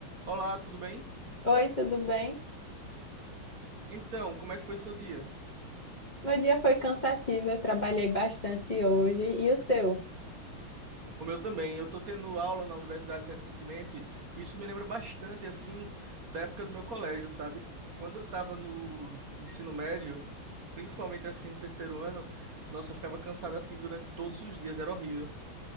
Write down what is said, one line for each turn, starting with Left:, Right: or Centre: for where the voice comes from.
Right: Olá, tudo bem?
Left: Oi, tudo bem?
Right: Então, como é que foi seu dia?
Left: Meu dia foi cansativo, eu trabalhei bastante hoje. E o seu?
Right: O meu também. Eu tô tendo aula na universidade recentemente e isso me lembra bastante, assim, da época do meu colégio, sabe? Quando eu tava no ensino médio, principalmente assim no terceiro ano, nossa, eu ficava cansado assim durante todos os dias, era horrível.